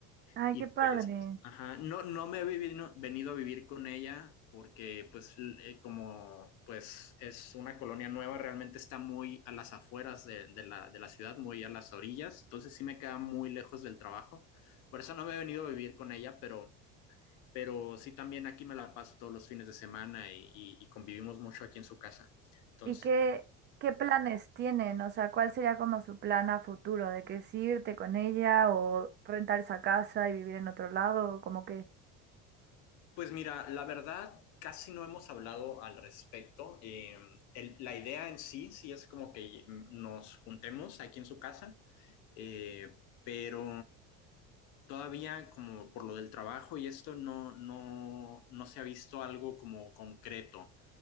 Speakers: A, on the right; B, on the left.
A: Ay,
B: y
A: qué
B: pues,
A: padre.
B: ajá, no, no me he vivi- venido a vivir con ella porque pues l- eh, como pues es una colonia nueva, realmente está muy a las afueras de, de la, de la ciudad, muy a las orillas, entonces sí me queda muy lejos del trabajo, por eso no me he venido a vivir con ella, pero pero sí también aquí me la paso todos los fines de semana y, y- y convivimos mucho aquí en su casa. Entonces,
A: ¿Y qué, qué planes tienen? O sea, ¿cuál sería como su plan a futuro? ¿De que es irte con ella o rentar esa casa y vivir en otro lado? ¿O como que
B: pues mira, la verdad, casi no hemos hablado al respecto. Eh, el- la idea en sí, sí es como que nos juntemos aquí en su casa, eh, pero todavía como por lo del trabajo y esto no, no, no se ha visto algo como concreto.